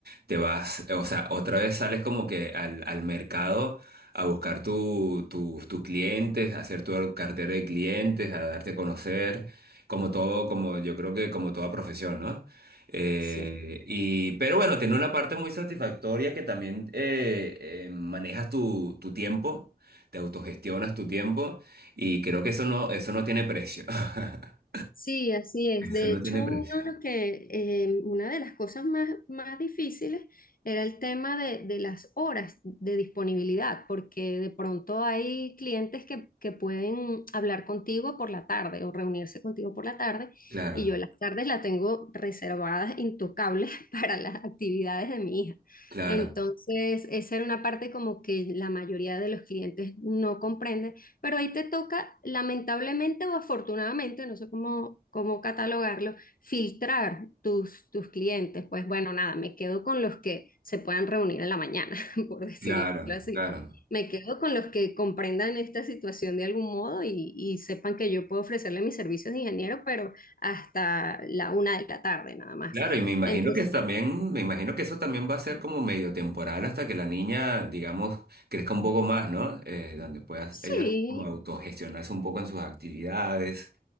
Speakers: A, on the right; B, on the left.
A: te vas, eh, o sea, otra vez sales como que al, al mercado a buscar tu, tu- tus clientes, a hacer tu cartera de clientes, a darte a conocer, como todo, como yo creo que como toda profesión, ¿no? Eh,
B: Sí.
A: y, pero bueno, tiene una parte muy satisfactoria que también eh, eh, manejas tu, tu tiempo, te autogestionas tu tiempo. Y creo que eso no, eso no tiene precio. <laughs>
B: Sí, así es.
A: Eso
B: De
A: no
B: hecho,
A: tiene precio.
B: uno lo que, eh, una de las cosas más, más difíciles era el tema de, de las horas de disponibilidad, porque de pronto hay clientes que, que pueden hablar contigo por la tarde o reunirse contigo por la tarde,
A: Claro,
B: y yo las tardes las tengo reservadas, intocables <laughs> para las actividades de mi hija.
A: claro,
B: Entonces, esa era una parte como que la mayoría de los clientes no comprenden pero ahí te toca, lamentablemente o afortunadamente, no sé cómo, cómo catalogarlo, filtrar tus, tus clientes. Pues bueno, nada, me quedo con los que se puedan reunir en la mañana, <laughs> por decirlo
A: claro,
B: así.
A: claro.
B: Me quedo con los que comprendan esta situación de algún modo y, y sepan que yo puedo ofrecerle mis servicios de ingeniero, pero hasta la una de la tarde nada más.
A: Claro, y me imagino
B: Entonces,
A: que también, me imagino que eso también va a ser como medio temporal hasta que la niña, digamos, crezca un poco más, ¿no? Eh, donde pueda
B: sí,
A: ella como autogestionarse un poco en sus actividades,